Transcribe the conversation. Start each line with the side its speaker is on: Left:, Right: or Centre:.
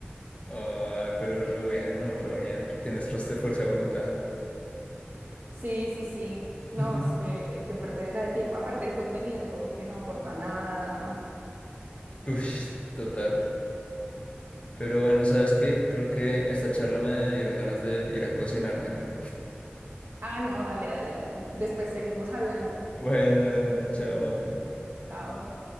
Left: Ay, pero re bueno, re bien. Tienes resto de fuerza de voluntad.
Right: Sí, sí, sí.
Left: <laughs>
Right: No, es que, que perdera de tiempo. Aparte, el contenido como que no aporta nada.
Left: Uy, total. Pero bueno, ¿sabes qué? Creo que esta charla me dieron ganas de ir a cocinarme algo.
Right: Ah, no, dale, dale, dale. Después seguimos hablando.
Left: Bueno, de una chava, Mafe.
Right: Chao.